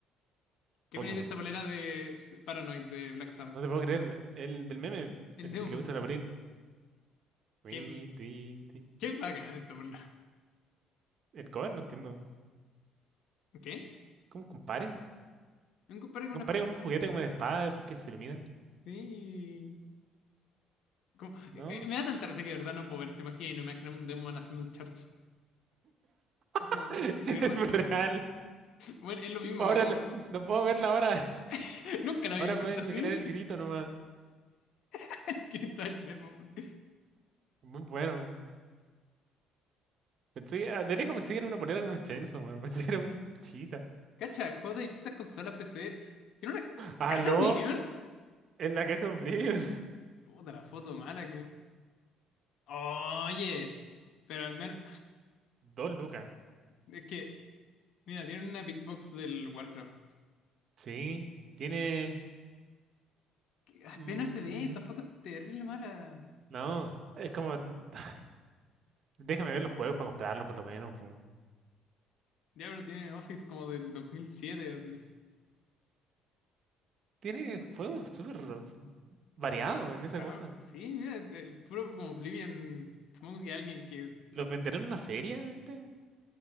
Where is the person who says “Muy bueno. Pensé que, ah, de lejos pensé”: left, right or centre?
Right